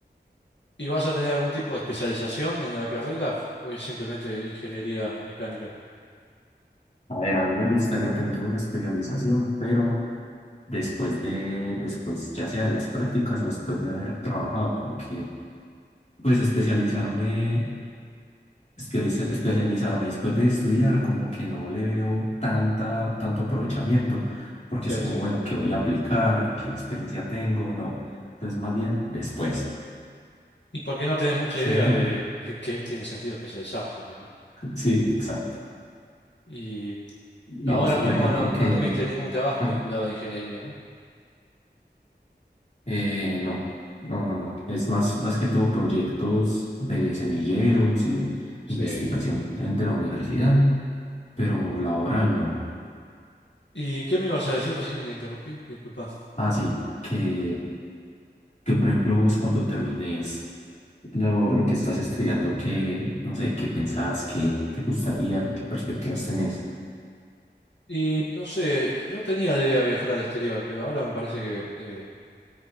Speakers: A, on the left (about 80°); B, on the left (about 40°).
A: ¿Y vas a tener algún tipo de especialización en la carrera o es simplemente ingeniería mecánica?
B: A ver, a mí me gustaría tener una especialización, pero después de, después ya sea de las prácticas o después de haber trabajado, porque pues especializarme. especializa- especializarme después de estudiar, como que no le veo tanta, tanto aprovechamiento, porque
A: Sí,
B: es como,
A: sí.
B: bueno, ¿qué voy a aplicar? ¿Qué experiencia tengo? No. Entonces, más bien después.
A: Y porque no tenés mucha
B: ¿Sí
A: idea
B: me entiende?
A: de, de qué tiene sentido especializarse también, ¿no?
B: Sí, exacto.
A: Y
B: Y
A: ahora
B: vos, por
A: mismo
B: ejemplo,
A: no, no
B: que...
A: tuviste ningún trabajo
B: Ah,
A: vinculado a la ingeniería, ¿no?
B: eh, no, no, no, no. Es más, más que todo proyectos de semilleros y
A: Sí.
B: investigación de la universidad, pero laboral no.
A: ¿Y qué me ibas a decir recién que te interrumpí? Disculpa.
B: Ah, sí, que, que por ejemplo vos cuando termines lo, lo que estás estudiando, qué, no sé, qué pensás, qué te gustaría, qué perspectivas tenés.
A: Y no sé, yo tenía la idea de viajar al exterior, pero ahora me parece que eh,